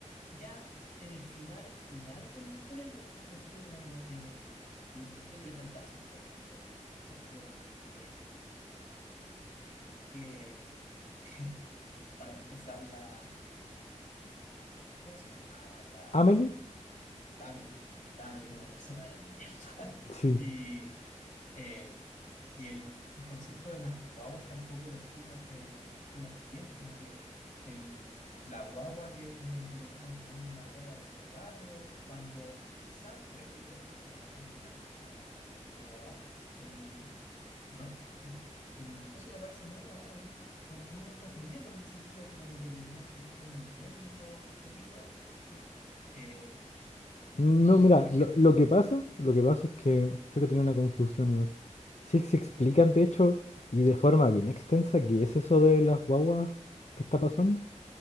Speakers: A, on the left; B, on the left.
A: ya en el final, final de la historia, yo lo encontré como que no... eh, le encontré que le faltaba sentido a la historia, que por ejemplo, em, que <laughs> para empezar la, ¿cómo, cómo se llamaba? La,
B: Amelie,
A: la Amelie. La Amelie es una persona de mierda. <laughs>
B: sí
A: Y Eh, y el, el concepto de las guaguas tampoco lo explican, eh, explican bien, como que el, la guagua que, eh, que te pasan es una guagua de verdad, pero cuando Sam revive eh, al final, como, como guagua, el, no, el coso que aparece no es una guagua, es un- eh, uno de estos muñecos, lo que significa que como que deberían tener como muñecos en los fetitos estos. eh, eh,
B: No,
A: o
B: mira,
A: por ejemplo,
B: lo, lo que pasa, lo que pasa es que creo que tenía una confusión igual. Sí, se explican de hecho y de forma bien extensa qué es eso de las guaguas que está pasando.